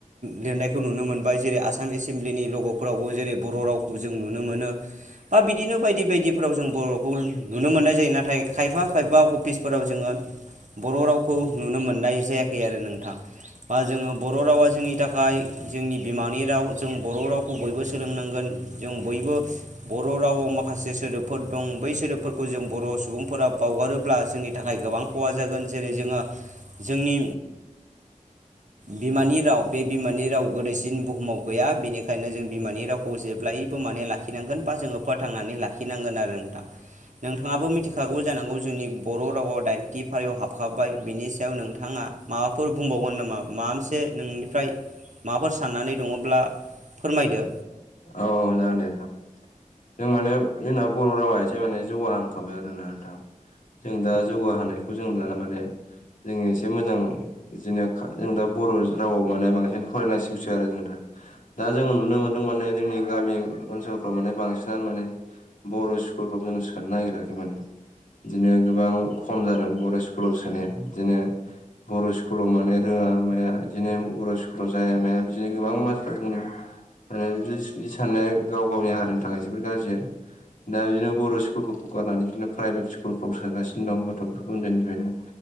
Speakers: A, on the right; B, on the left.
A: लिरनायखौ नुनो मोनबाय जेरै आसाम एसेमब्लिनि लग'फोरावबो जेरै बर बर' रावखौ जों नुनो मोनो बा बिदिनो बायदि बायदिफोराव जों बर'खौ नुनो मोननाय जायो। नाथाय नाथाय खायफा खायफा अफिसफोराव जोङो बर' रावखौ नुनो मोननाय जायाखै आरो नोंथां बा जोङो बर' रावा जोंनि थाखाय जोंनि बिमानि राव जों बर' रावखौ बयबो सोलोंनांगोन जों बयबो बर' रावआव माखासे सोदोबफोर दं बै सोदोबफोरखौ जों बर' सुबुंफोरा बावगारोब्ला जोंनि थाखाय गोबां खहा जागोन जेरै जोङो जोंनि
B: <inaudible>
A: बिमानि राव बे बिमानि राव गोदैसिन बुहुमाव गैया बेनिखायनो जों बिमानि रावखौ जेब्लायबो माने लाखिनांगोन बा जों फोथांनानै लाखिनांगोन आरो नोंथां नोंथाङाबो मि मिथिखागौ जानांगौ जोंनि बर' रावा दाइनथि फारियाव हाबखाबाय बेनि सायाव नोंथाङा माबाफोर बुंबाव <unintelligible> नामा माबा मोनसे नोंनिफ्राय माबाफोर साननानै दङब्ला फोरमायदो
B: औ औ जागोन दे नोंथां जों माने जोंना बर' रावा एसे माने जौगाहांखाबाय आरोना नोंथां जों दा जौगाहानायखौ जों दा माने जों एसे मोजां इदिनो जों दा बर' रावाव माने बांसिन फराय नांसिगौसो आरोना जों दा दा जोंङो नुनो मोन्दों माने जोंनि गामि ओनसोलफ्राव माने बांसिनानो माने बर' स्कुलफ्राव जों सोनो नागिराखै माने बिदिनो गोबां खम जादों बर' स्कुलाव सोनाया बिदिनो बर' स्कुलाव माने रों ङा माया बिदिनो बर' स्कुलाव जाया माया बिदिनो गोबां मानसिफोरा बुङो आरो बि दि साननाया गाव गावनि हारिनि थाखाय जोबोर गाज्रि आरो दा बिदिनो बर' स्कुलफोरखौ गारनानै बिदिनो प्राइभेट स्कुलफ्राव सोगासिनो दं गथ'फोरखौ उन्दैनिफ्रायनो